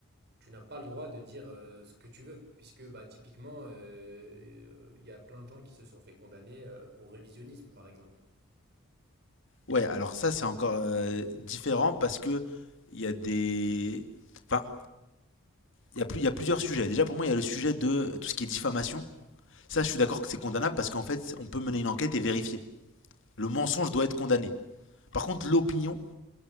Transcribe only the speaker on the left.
Ouais, alors ça c'est encore euh, différent parce que il y a des, enfin, il y a plus, il y a plusieurs sujets. Déjà pour moi il y a le sujet de tout ce qui est diffamation. Ça je suis d'accord que c'est condamnable parce qu'en fait on peut mener une enquête et vérifier. Le mensonge doit être condamné. Par contre l'opinion,